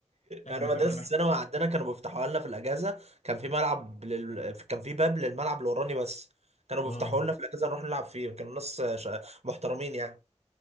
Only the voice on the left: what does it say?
احنا
كنا
محت...
اه